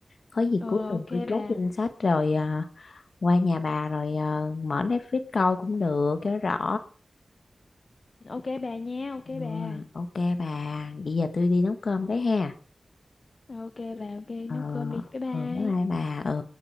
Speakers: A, on the left; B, on the left.
A: Có gì
B: Ờ,
A: cuối tuần
B: ok
A: tôi chốt
B: bà.
A: danh sách rồi ờ, qua nhà bà rồi ờ, mở Netflix coi cũng được cho rõ
B: Ok bà nha, ok
A: ừ,
B: bà.
A: ok bà bây giờ tôi đi nấu cơm cái ha
B: Ok bà, ok,
A: ờ
B: nấu cơm đi. Bye bye.
A: ừ, bye bye bà ừ